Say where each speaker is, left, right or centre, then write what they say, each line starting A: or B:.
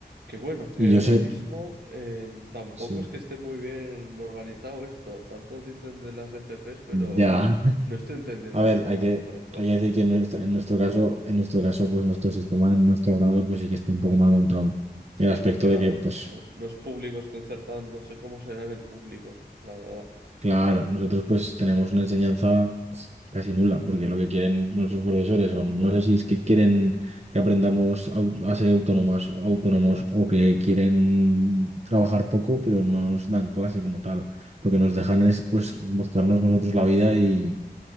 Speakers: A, on the right; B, on the right.
A: Que bueno, que
B: Y yo
A: ahora
B: sé,
A: mismo em, tampoco
B: sí,
A: es que esté muy bien organizado esto. Tanto dicen de las FPs, pero
B: ya.
A: no estoy entendiendo
B: A ver, hay que,
A: gran cosa.
B: hay que decir que en nuestra- en nuestro, caso, en nuestro caso, pues nuestro sistema, en nuestro grado, pues sí que está un poco mal montado.
A: Sí,
B: En el aspecto
A: porque
B: de
A: a
B: que,
A: ver,
B: pues,
A: no, no es público, es concertado, no sé cómo será en el público, la verdad.
B: claro, nosotros pues tenemos una enseñanza pues, casi nula, porque lo que quieren nuestros profesores, o no sé si es que quieren que aprendamos au- a, ser autónomas, autónomos, o que quieren trabajar poco, pero no nos dan clase como tal. Lo que nos dejan es, pues, buscarnos nosotros la vida y